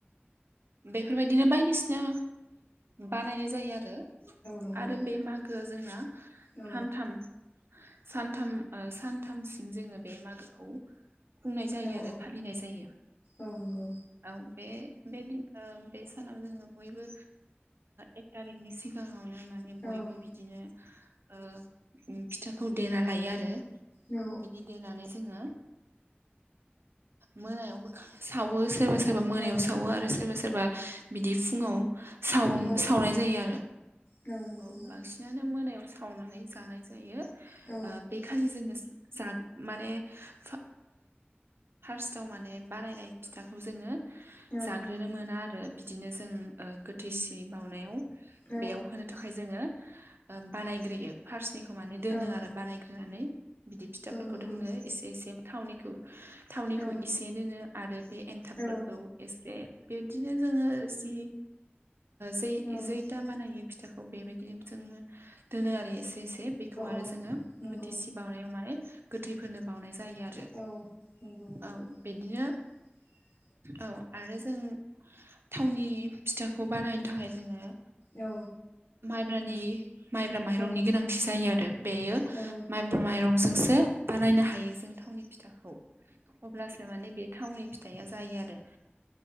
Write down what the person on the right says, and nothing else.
बेफोरबाय दिनो बायदिसिना बानायनाय जायो आरो।
आरो बे मागोआ जोंना
सानथाम सानथाम सानथामसिम जोङो बे मागोखौ खुंनाय जायो
आरो
फालिनाय जायो।
औ बे बे दिन सानाव जोङो बयबो एक थारिखनि सिगाङावनो माने बयबो
बिदिनो ओ फिथाखौ देना लायो आरो
बिदि देनानै जोङो मोनायावबो सावो सोरबा सोरबा मोनायाव
सावो आरो सोरबा सोरबा बिदि फुङाव साव
सावनाय जायो आरो।
औ बांसिनानो मोनायाव सावनानै जानाय जायो
बे खालि जोङो जा माने सा फार्स्टाव माने बानायनाय फिथाखौ जोङो
जाग्रोनो मोना आरो। बिदिनो जों गोथै सि बाउनायाव
बेयाव होनो थाखाय जोङो बानायग्रोयो फार्स्निखौ माने दोनो
आरो बानायग्रोनानै। बिदि फिथाफोरखौ
दोननो एसे एसे थावनिखौ थावनिखौ
इसे दोनो आरो बे एन्थाबफोरखौ
एसे बिबदिनो जोङो जि जै
जैथा बानायो फिथाखौ बेबायदि जोङो दोनो आरो एसे एसे बेखौ आरो
जोङो
बोथिसि बावनायाव माने गोथैफोरनो बावनाय जायो आरो
औ बिदिनो
औ आरो जों थावनि फिथाखौ बानायनो थाखाय जोङो
माइब्रानि माइब्रा माइरंनि
गोनांथि जायो आरो बेयो
माइब्रा माइरंजोंसो बानायनो हायो जों थावनि फिथाखौ अब्लासो माने बे थावनि फिथाइया जायो आरो